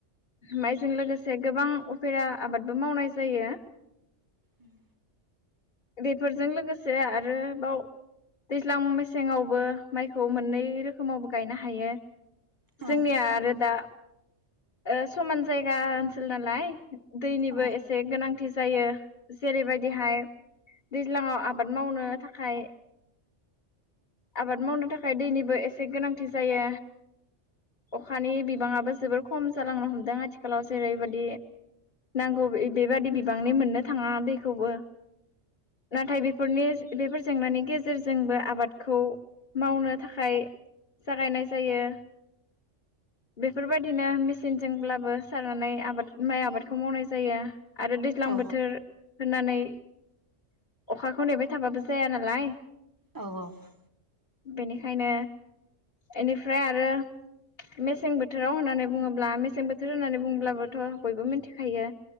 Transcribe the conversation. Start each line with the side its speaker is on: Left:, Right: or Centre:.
Left: माइजों लोगोसे गोबां उफेरा आबादबो मावनाय जायो।
Right: उम
Left: बेफोरजों लोगोसे आरोबाव दैज्लां मेसेङावबो माइखौ मोननै रोखोमावबो गायनो हायो।
Right: औ
Left: जोंनिया आरो दा ओ समान जायगा ओनसोल नालाय दैनिबो
Right: औ
Left: एसे गोनांथि जायो जेरैबायदि दैज्लाङाव आबाद मावनो थाखाय आबाद मावनो थाखाय दैनि बो एसे गोनांथि जायो। अखानि बिबाङा बो जोबोद खम जालांनो हमदों आथिखालाव जेरैबादि नांगौ बेबादि बिबांनि मोननो थाङा दैखौबो नाथाय बेफोरनि बेफोर जेंनानि गेजेरजोंबो आबादखौ मावनो थाखाय जागायनाय जायो। बेफोरबायदिनो मेसें अब्लाबो सारनानै आबाद माइ आबादखौ मावनाय जायो। आरो दैज्लां
Right: औ
Left: बोथोर होननानै अखाखौ नेबाय थाबाबो जाया नालाय
Right: औ औ ।
Left: बेनिखायनो बेनिफ्राय आरो मेसें बोथोराव होननानै बुङोब्ला होनब्ला मेसें बोथोर होननानै बुंब्लाबोथ' बयबो मिथिखायो